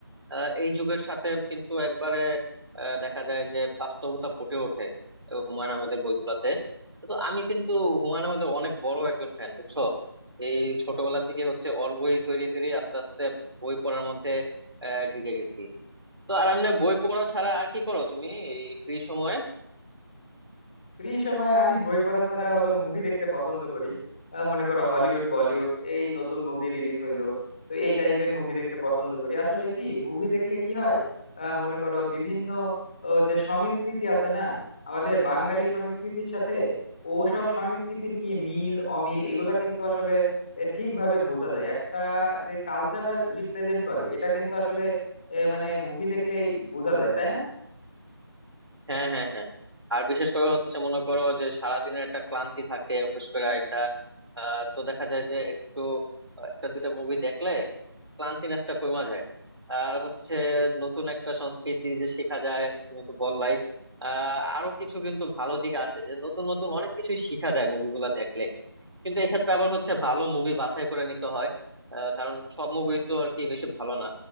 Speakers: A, on the right; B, on the left.
A: আহ, এই যুগের সাথে কিন্তু একবারে আহ, দেখা যায় যে বাস্তবতা ফুটে ওঠে আহ, হুমায়ুন আহমেদের বইগুলাতে তো আমি কিন্তু হুমায়ুন আহমেদের অনেক বড় একজন ফ্যান বুঝছো এই ছোটবেলা থেকে হচ্ছে ওর বই ধরে ধরে আস্তে আস্তে বই পড়ার মধ্যে আহ ঢুকে গেছি তো আর এমনি বই পড়া ছাড়া আর কি করো তুমি এই ফ্রি সময়ে
B: ফ্রি সময়ে আমি বই পড়া ছাড়া হলো মুভি দেখতে পছন্দ করি আহ, মনে করো হলিউড বলিউড এই নতুন মুভি রিলিজ হইলো তো এই টাইপের মুভি দেখতে পছন্দ করি আসলে কি মুভি দেখলে কি হয় আহ, মনে করো বিভিন্ন ও, যে সংস্কৃতি আছে না আমাদের বাঙালি সংস্কৃতির সাথে ও সব সংস্কৃতির কি মিল অমিল এগুলা কিন্তু আসলে এ, ঠিকভাবে বোঝা যায় একটা যে কালচার রিপ্রেজেন্ট করে এটা কিন্তু আসলে এ, মানে মুভি দেখলেই বোঝা যায় তাই না
A: হ্যাঁ হ্যাঁ হ্যাঁ আর বিশেষ করে হচ্ছে মনে করো যে সারাদিনের একটা ক্লান্তি থাকে অফিস করে আইসা আহ, তো দেখা যায় যে একটু আহ, একটা দুইটা মুভি দেখলে ক্লান্তি নেসটা কমা যায় আর হচ্ছে নতুন একটা সংস্কৃতি যে শেখা যায় তুমি তো বললাই আহ আরো কিছু কিন্তু ভালো দিক আছে যে নতুন নতুন অনেক কিছুই শিখা যায় মুভিগুলা দেখলে কিন্তু এক্ষেত্রে আবার হচ্ছে ভালো মুভি বাছাই করে নিতে হয় আহ, কারণ সব মুভি তো আর কি বেশি ভালো না